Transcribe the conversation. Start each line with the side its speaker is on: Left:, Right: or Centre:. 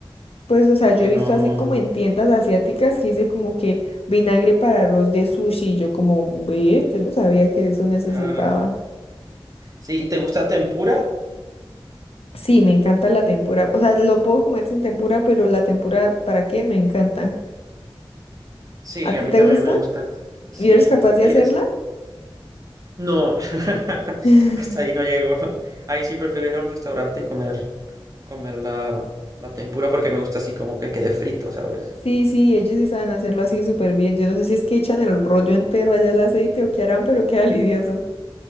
Left: Pues, o sea,
Right: porque
Left: yo he visto
Right: no...
Left: así como en tiendas asiáticas que dice como que vinagre para arroz de sushi. y yo como, ve, yo no sabía que eso necesitaba.
Right: ah, sí, ¿te gusta tempura?
Left: Sí, me encanta la tempura. O sea, lo puedo comer sin tempura, pero la tempura, ¿para qué? Me encanta.
Right: Sí,
Left: ¿A
Right: a
Left: ti
Right: mí
Left: te
Right: también
Left: gusta?
Right: me gusta. Sí,
Left: ¿Y eres capaz
Right: que
Left: de
Right: es...
Left: hacerla?
Right: No, <laughs>
Left: <laughs>
Right: hasta ahí no llego. <laughs> Ahí sí prefiero ir a un restaurante y comer, comer la, la tempura porque me gusta así como que quede frito, ¿sabes?
Left: Sí,
Right: <laughs>
Left: sí, ellos sí saben hacerlo así súper bien. Yo no sé si es que echan el rollo entero allá al aceite o qué harán, pero queda lidioso.